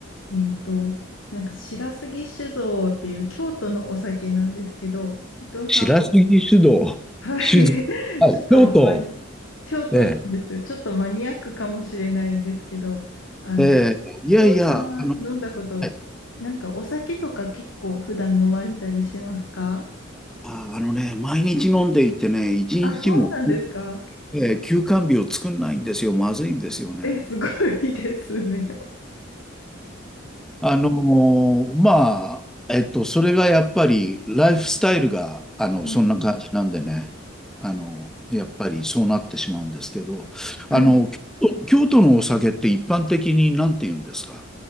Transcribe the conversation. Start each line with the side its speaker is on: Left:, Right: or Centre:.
Left: えっと、なんか、白杉酒造っていう京都のお酒なんですけど、伊藤さん、
Centre: 白杉を、
Left: <laughs> はい。
Centre: 酒造、はい、
Left: <laughs> ちょっとマニ、
Centre: 京都、
Left: 京都なんです。
Centre: ね
Left: ちょっとマニアックかもしれないんですけど、あの、
Centre: え、えーいやいや、
Left: 伊藤さんは飲んだこと、
Centre: あの、はい
Left: なんかお酒とか結構普段飲まれたりしますか
Centre: あ、あのね、毎日飲んでいてね、一日も、
Left: あ、そうなんですか。
Centre: えー休肝日を作んないんですよ。まずいんですよね。
Left: え、すごいですね。
Centre: あのーまあ、えっと、それがやっぱり、ライフスタイルが、あの、
Left: はい。
Centre: そんな感じなんでね、あの、やっぱりそうなってしまうんですけど、
Left: はい
Centre: あの、京都、京都のお酒って一般的に何て言うんですか